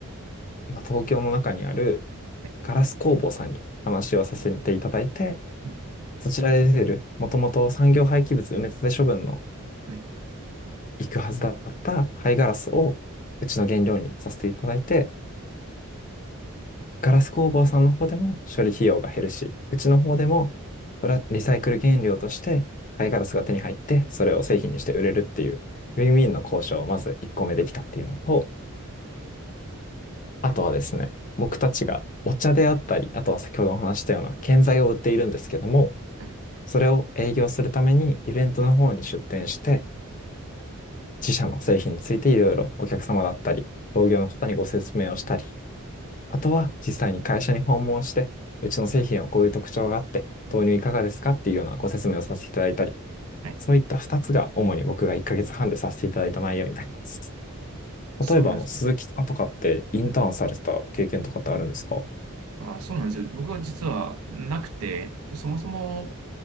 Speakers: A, on the left; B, on the right.
A: 今東京の中にある
B: はい。
A: ガラス工房さんに話をさせていただいて、
B: うん
A: そちらで出てる、もともと産業廃棄物埋め立て処分の
B: はい。
A: 行くはずだった廃ガラスをうちの原料にさせていただいて、ガラス工房さんの方でも処理費用が減るし、うちの方でもプラリサイクル原料として貝ガラスが手に入って、それを製品にして売れるっていう、ウィンウィンの交渉をまず1個目できたっていうのと、あとはですね、僕たちがお茶であったり、あとは先ほどお話ししたような建材を売っているんですけども、
B: はい。
A: それを営業するためにイベントの方に出店して、自社の製品についていろいろお客様だったり、同業の方にご説明をしたり、あとは実際に会社に訪問して、うちの製品はこういう特徴があって、導入いかがですかっていうようなご説明をさせていただいたり、
B: はい
A: そういった2つが主に僕が1ヶ月半でさせていただいた内容になります。
B: そうなんですね。
A: 例えば、あの、鈴木さんとかってインターンされてた経験とかってあるんですか
B: うん。あ、そうなんですよ。僕は実はなくて、そもそも